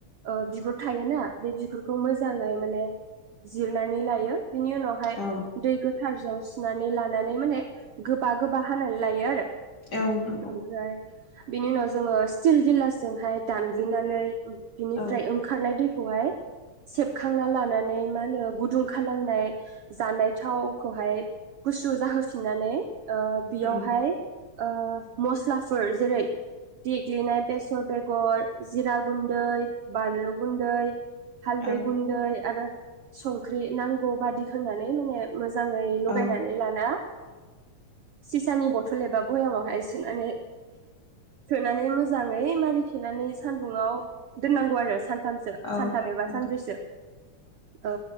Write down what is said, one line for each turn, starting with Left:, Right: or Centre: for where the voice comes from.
Right: ओ बिगुर थायोना बे बिगुरखौ मोजांङै माने जिरनानै लायो। बिनि उनावहाय
Left: औ
Right: दै गोथारजों नानै ला नानै माने गोबा गोबा हानानै लायो आरो
Left: औ नंगौ
Right: ओमफ्राय बिनि उनाव जोंङो स्टेल गिलास जोंहाय दानग्लिनानै बिनिफ्राय
Left: औ
Right: ओंखारनाय दै खौहाय सेबखांना लानानै मा होनो गुदुं खालामनाय जानाय थावखौहाय गुसु जाहोफिननानै ओ बियावहाय
Left: उम
Right: ओ मस्लाफोर जेरै देग्लिनाय बेस गर बेगर जिरा गुन्दै बानलु गुन्दै हालदै
Left: औ
Right: गुन्दै आरो संख्रि नांगौ बादि होनानै माने मोजांङै लगायनानै
Left: औ
Right: लाना सिसानि बथल एबा बयामावहाय सोनानै सोनानै मोजांङै मारि थेनानै सानदुंआव दोननांगौ आरो सानथामसो
Left: औ
Right: सानथाम एबा
Left: नंगौ
Right: सानब्रैसो औ